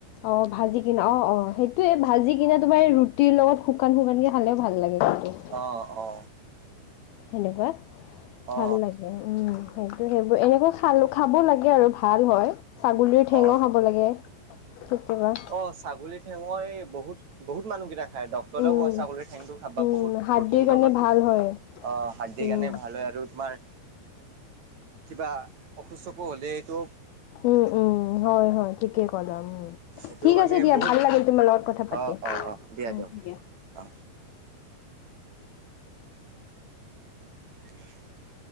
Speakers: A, on the left; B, on the right.
A: অ ভাজি কিনা অ অ সেইটোয়ে ভাজি কিনা তোমাৰ টিৰ লগ শুকান শুকানকৈ খালেও ভাল লাগে সেইটো
B: অ অ
A: সেনেকুৱা
B: অ
A: ভাল লাগে উম সেইটো সেইবোৰ এনেকৈ খাল খাব লাগে আৰু ভাল হয় ছাগলীৰ ঠেঙ
B: অ
A: খাব লাগে কেতিয়াবা
B: অ ছাগলী ঠেঙই বহুত বহুত মানুহকেইটা খাই দ তলেও
A: উম
B: ক ছাগলীৰ ঠেংটো খাবা
A: উম
B: বহুত
A: হাৰ্দিৰ
B: প্ৰ'টিন
A: কাৰণে
B: পাবা তুমি
A: ভাল হয়
B: অ হাৰ্দিৰ
A: উম
B: গানে ভাল হয় আৰু তোমাৰ কিবা অসুস্থ চকু হ'লেইটো
A: উম উম হয় হয় ঠিকে কদম উম
B: এইটো
A: ঠিক
B: মানে
A: আছে দিয়া
B: বহুত
A: ভাল লাগিল তুমাৰ লগত কথা পাতি
B: অ অ অ
A: উ
B: দিয়ক
A: দিয়া
B: অ <unintelligible>